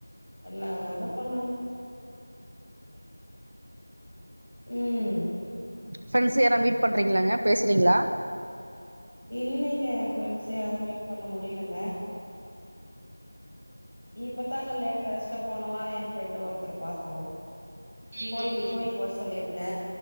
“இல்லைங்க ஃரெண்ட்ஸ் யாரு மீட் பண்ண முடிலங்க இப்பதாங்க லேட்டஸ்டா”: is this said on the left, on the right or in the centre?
Left